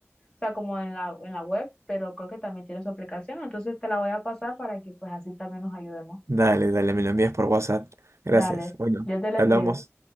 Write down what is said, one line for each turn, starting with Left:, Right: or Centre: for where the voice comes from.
Left: sea, como en la, en la web, pero creo que también tiene su aplicación. Entonces te la voy a pasar para que pues así también nos ayudemos.
Right: Dale, dale, me lo envías por WhatsApp. Gracias.
Left: Dale,
Right: Bueno,
Left: yo te la
Right: te
Left: envío.
Right: hablamos.